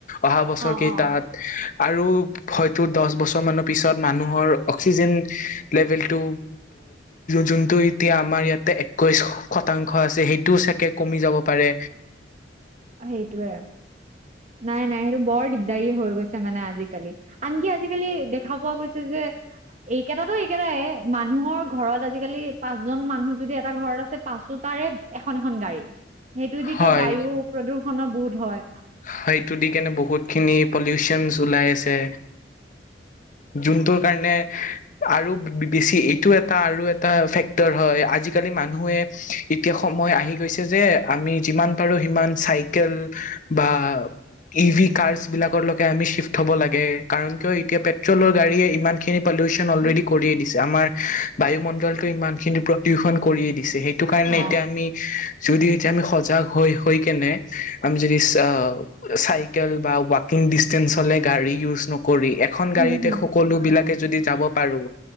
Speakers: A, on the left; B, on the right.
A: অহা বছৰ
B: অ
A: কেইটাত
B: অ
A: আৰু হয়তো দহ বছৰ মানৰ পিছত মানুহৰ। অক্সিজেন লেভেলটো যোনটো এতিয়া আমাৰ ইয়াতে একৈশ। শতাংশ আছে সেইটোও চাকে কমি যাব পাৰে।
B: সেইটোৱে। নাই নাই সেইটো বৰ দিগদাৰি হৈ গৈছে মানে আজিকালি আনকি আজিকালি দেখা পোৱা গৈছে যে। এইকেইটাটো এইকেইটাই মানুহৰ ঘৰত আজিকালি পাঁচজন মানুহ যদি এটা ঘৰত আছে পাচোত। তাৰে এখন এখন গাড়ী সেইটো যিতো
A: হয়
B: বায়ু প্ৰদূ্ষণো বহুত হয়
A: সেইটো দি কেনে বহুত খিনি পলিউচন ওলাই আছে যোনটোৰ কাৰণে আৰু বেছি এইটো এটা আৰু এটা ফেক্টৰ হয় আজিকালি আজিকালি মানুহে এতিয়া সময় আহি গৈছে যে আমি যিমান পাৰো সিমান চাইকেল বা। ই ভি কাৰছ বিলাককে আমি চিফ্ট হব লাগে কাৰণ কিয় এতিয়া পেট্ৰলৰ গাড়ী ইমান খিনি পলিউশ্যন অলৰেডি কৰিয়েই দিছে আমাৰ বায়ুমণ্ডলটো ইমান খিনি প্ৰদূষণ কৰিয়ে দিছে। সেটো কাৰণে
B: অ
A: এতিয়া আমি যদি এতিয়া আমি সজাগ হৈ হৈ কেনে আমি যদি অ চাইকেল বা ৱাকিং ডিচটেন্স হ'লে গাড়ী ইউচ নকৰি এ। এখন গাড়ীতে
B: হম হম
A: সকলো বিলাকে যদি যাব পাৰো